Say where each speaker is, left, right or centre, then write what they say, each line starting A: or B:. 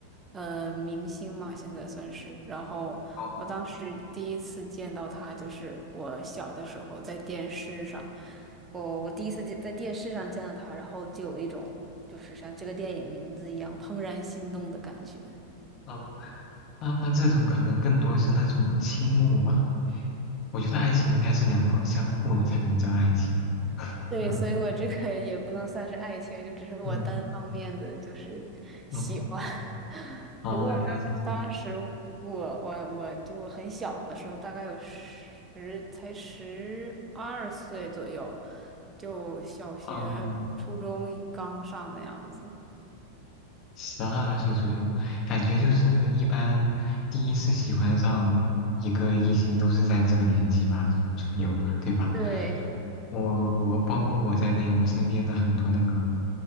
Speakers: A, on the right; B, on the left.
A: 呃明星嘛，现在算是。然后我当时第一次见到他，
B: 哦，
A: 就是我小的时候在电视上，我我第一次见在电视上见到他，然后就有一种就是像这个电影名字一样怦然心动的感觉。
B: 哦，那那这种可能更多是那种倾慕吧。我觉得爱情应该是两方相互的才能叫爱情。<laughs>
A: 对，
B: 嗯
A: 所以我这个也不能算是爱情，就只是我单方面的就是喜欢。
B: 嗯嗯，
A: <laughs>
B: 哦，
A: 不过当当时我我我就很小的时候，
B: 原来是这样。
A: 大概有十才十二岁左右，就小学、
B: 哦，
A: 初中刚上那样子。
B: 十二岁左右，感觉就是一般第一次喜欢上一个异性都是在这个年纪吧左右，对吧？
A: 对，
B: 我我包括我在内，我身边的很多那个，